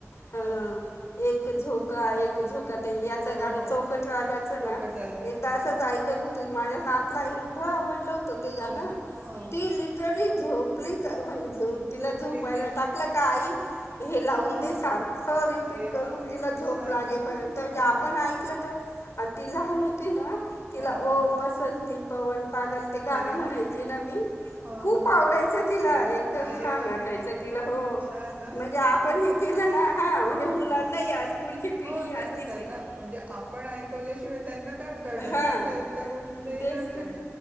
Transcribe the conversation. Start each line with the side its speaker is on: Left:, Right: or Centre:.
Left: हम्म.
Right: हा
Left: एक एक झोका एक झोका ते. गा
Right: हो हो
Left: चौक राजाच
Right: चौकट
Left: ना
Right: राजाच
Left: एक अस. त होत माझ्या नातला एवढं आवडलं. ते गाण
Right: हो ना हा
Left: ती लिटरली. झोपली का म्हणजे झो तिला
Right: झोपली
Left: झोपायला
Right: ती
Left: टाकलं का आई हे लावून
Right: हा
Left: दे सारखं रिपीट
Right: अरे
Left: करून
Right: वा
Left: तिला झोप
Right: छान
Left: लागेपर्यंत
Right: ना हा
Left: ज आप आणि ती लहान होती ना, तिला
Right: हा हा
Left: ओ बसंती पवन पागल ते गाणं
Right: अरे
Left: म्हणायचे
Right: वा!
Left: ना, मी
Right: हां,
Left: खूप
Right: हां.
Left: आवडायचं. तिला एकदम
Right: अरे
Left: छान
Right: वा!
Left: वाटायचं. तिला हो
Right: छान ना.
Left: म्हणजे आपण हे केलं ना, हा म्हणजे
Right: हां.
Left: मुलां नाही आज. पुढची पिढी
Right: हो,
Left: अस
Right: ते
Left: <unintelligible> तच
Right: त्यांना म्हणजे आपण ऐकवल्याशिवाय त्यांना काय करणार
Left: हा
Right: ना त्या त्या गोष्टी ते
Left: तेच
Right: नवीनच
Left: तर